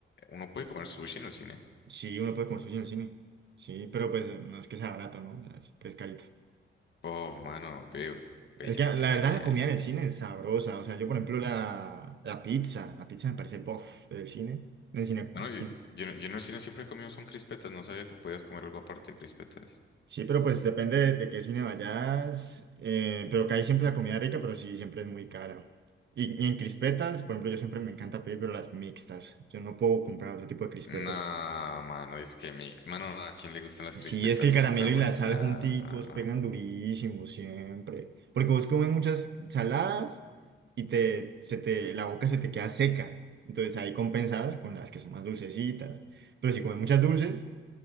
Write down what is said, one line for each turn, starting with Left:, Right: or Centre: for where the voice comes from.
Left: ¿Uno puede comer sushi en el cine?
Right: Sí, uno puede comer sushi en el cine, sí, pero pues no es que sea barato, ¿no? O sea, es pues, carito.
Left: Oh, mano, veo. Ve,
Right: Es
Left: yo
Right: que
Left: no
Right: la
Left: tenía
Right: verdad
Left: ni idea
Right: la comida
Left: de eso.
Right: en el cine es sabrosa. O sea, yo por ejemplo la, la pizza, la pizza me parece bof del cine. Del cine,
Left: Bueno, yo,
Right: sí.
Left: yo, yo en el cine siempre he comido son crispetas. No sabía que podías comer algo aparte de crispetas.
Right: Sí, pero pues depende de, de qué cine vayas. eh, pero que hay siempre la comida rica, pero sí, siempre es muy cara. Y, y en crispetas, por ejemplo, yo siempre me encanta pedir, pero las mixtas. Yo no puedo comprar otro tipo de crispetas.
Left: No, mano, es que mi... Mano, ¿a quién le gustan las
Right: Sí,
Left: crispetas
Right: es que el caramelo
Left: saborizadas,
Right: y la sal junticos
Left: mano?
Right: pegan durísimo siempre. Porque vos comes muchas saladas y te, se te, la boca se te queda seca. Entonces ahí compensadas con las que son más dulcecitas. Pero si comes muchas dulces,